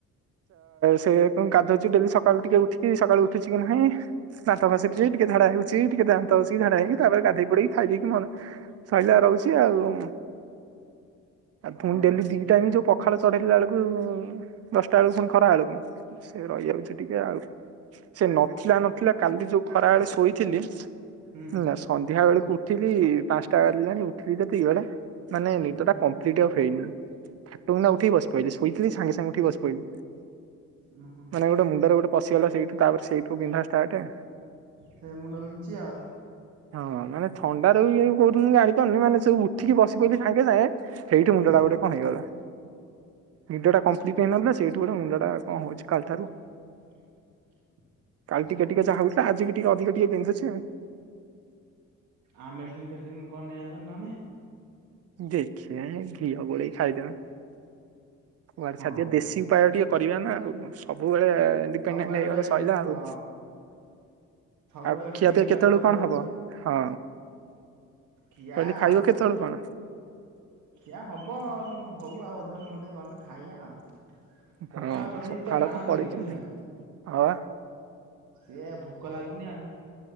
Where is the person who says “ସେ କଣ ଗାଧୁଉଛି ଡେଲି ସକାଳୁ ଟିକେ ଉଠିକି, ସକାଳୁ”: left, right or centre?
Right